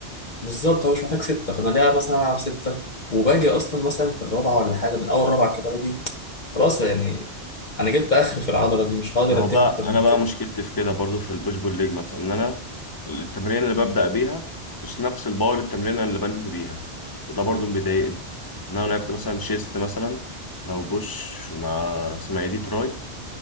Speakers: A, on the left; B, on the left.
A: بالظبط هو مش محتاج سته فانا ليه مثلا العب سته وباجي اصلا مثلا في الرابعه ولا حاجه من اول رابعه كده باجي خلاص يعني انا جبت اخر في العضله دي مش هقدر
B: ما هو
A: اديها
B: بقى
A: اكتر من
B: انا بقى مشكلتي في كده برضو في البوش بول ليج مثلا ان انا التمرين اللي ببدأ بيها مش نفس الباور التمرين اللي بنهي بيها وده برضو مضايقني ان انا لعبت مثلا شيست مثلا لو بوش ومع اسمها ايه دي تراي